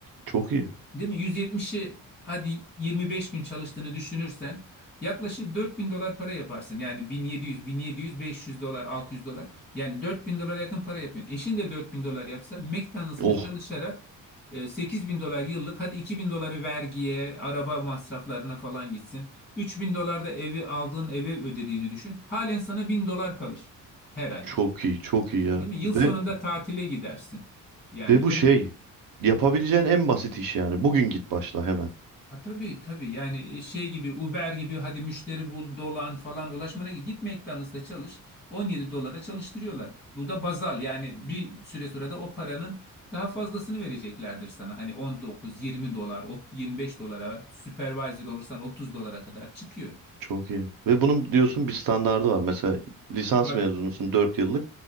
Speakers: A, on the right (about 75°); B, in the centre.
A: Çok iyi.
B: Değil mi? 170'i hadi 25 gün çalıştığını düşünürsen yaklaşık dört bin dolar para yaparsın. Yani 1700, 1700, 500 dolar, 600 dolar. Yani dört bin dolara yakın para yapıyorsun. Eşin de dört bin dolar yapsa McDonald's'ta
A: Oh
B: çalışarak e, sekiz bin dolar yıllık hadi iki bin doları vergiye, araba masraflarına falan gitsin. üç bin dolar da evi aldığın eve ödediğini düşün. Halen sana 1000 dolar kalır her ay.
A: çok iyi çok iyi ya.
B: Değil mi? Yıl sonunda
A: Ve,
B: tatile gidersin. Yani
A: ve bu
B: öyle
A: şey yapabileceğin en basit iş yani. Bugün git başla hemen.
B: Ha, tabii tabii yani e, şey gibi Uber gibi hadi müşteri bul dolan falan ulaşmana gerek- git McDonald's'ta çalış 17 dolara çalıştırıyorlar. Bu da bazal yani bir süre sonra da o paranın daha fazlasını vereceklerdir sana. Hani 19 20 dolar o- 25 dolara supervisor olursan 30 dolara kadar çıkıyor.
A: Çok iyi. Ve bunun diyorsun bir standardı var. Mesela lisans
B: Tabii.
A: mezunusun 4 yıllık.